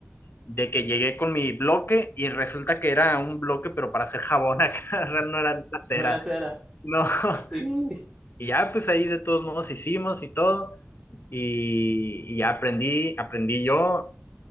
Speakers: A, on the left (about 55°); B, on the right (about 15°).
A: de que llegué con mi bloque y resulta que era un bloque, pero para hacer jabón acá, <laughs> real no era nada cera.
B: No era cera.
A: No. <laughs>
B: Sí.
A: Y ya pues ahí de todos modos hicimos y todo. Y, y ya aprendí, aprendí yo